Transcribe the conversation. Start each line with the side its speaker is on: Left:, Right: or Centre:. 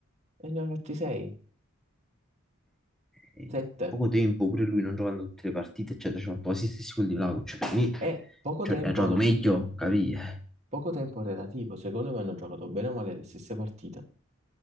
Right: e ne ha fatti 6,
Centre: Eh, in
Right: 7.
Centre: poco tempo, pure lui non giocando tutte le partite, eccetera, ci ha fatto quasi gli stessi gol di Vlahovic. Cioè, Per me,
Right: È poco
Centre: cioè,
Right: tempo,
Centre: ha giocato meglio, capì? Eh,
Right: poco tempo relativo. Secondo me hanno giocato bene o male le stesse partite.